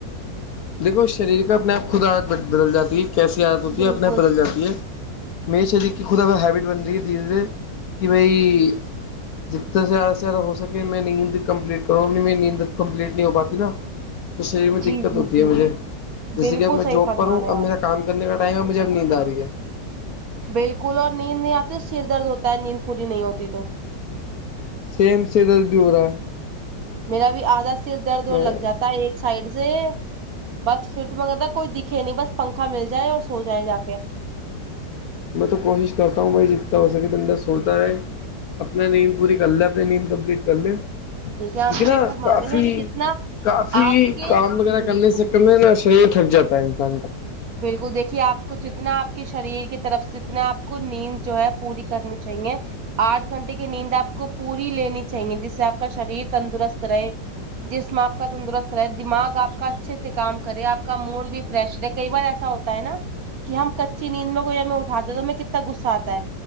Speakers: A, on the left (about 65°); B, on the right (about 60°).
A: دیکو شریر کا اپنے آپ خود عادت بدل جات ہے کیسی عادت ہوتی ہے
B: بالکل
A: اپنے آپ بدل جاتی ہے میے شریر کی خدا ہیب بن رہی ہے دھیرے دھیرے کہ بھائی جتنا سے زیادہ سے زیادہ ہو سک میں نیند کمپلیٹ کرا ا می نیند کمپلیٹ نہیں ہو پاتی نا تو شریر میں
B: جی
A: دقت
B: جی
A: ہوتی
B: جی
A: مجھے جیسے
B: بالکل
A: کہ اب میں
B: صحیح
A: جاب
B: فرما
A: پر ہوں
B: رہے
A: اب
B: ہیں آپ
A: میرا کام کرنے کا ٹائم ہے مجھے اب نیند آ رہی ہے
B: بالکل اور نیند نہیں آتی تو سر درد ہوتا ہے نیند پوری نہیں ہوتی تو
A: سیم سے درد بھی ہو رہا ہے
B: میرا بھی آدھا سر درد
A: میں
B: اور لگ جاتا ہے ایک سائڈ سے بس پھر تو مگر تھا کوئی دکھے نہیں بس پنکھا مل جائے اور سو جائے جا کے
A: میں تو کوشش کرتا ہوں بھائی جتنا ہو سکے تو اندر سوتا رہے اپنی نیند پوری کر لے اپنی نیند کمپلیٹ کر لے
B: دیکھیے ہم
A: ٹھیک
B: بھی
A: ہے نا
B: وہی فرماتے
A: کافی
B: ہیں کہ جتنا
A: کافی
B: آپ کے
A: کام وغیرہ
B: بالکل
A: کرنے سے ک شریر تھکاتا ہے انسان کا
B: بالکل دیکھیے آپ کو جتنا آپ کے شریر کی طرف سے جتنا آپ کو نیند جو ہے پوری کرنی چاہیے آٹ گھنٹے کی نیند آپ کو پوری لینی چاہیے جس سے آپ کا شریر تندرست رہے جس میں آپ کا تندرست رہے دماغ آپ کا اچھے سے کام کرے آپ کا موڈ بھی فریش رہے کئی بار ایسا ہوتا ہے نا کہ ہم کچی نیند میں کوئی ہم اٹھاتے تو ہمیں کتنا غصہ آتا ہے